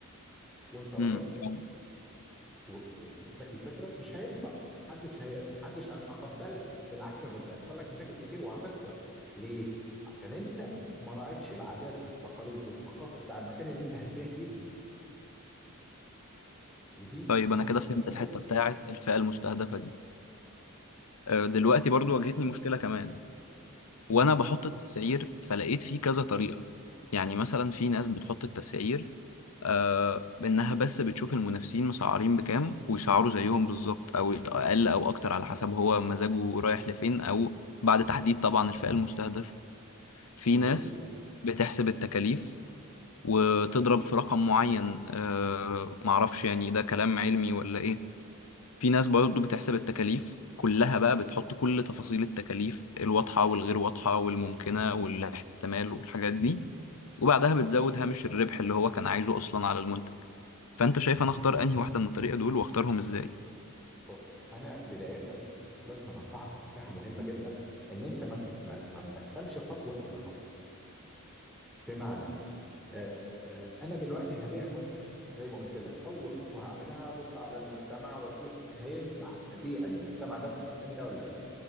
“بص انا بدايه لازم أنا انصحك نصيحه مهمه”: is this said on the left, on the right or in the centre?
Centre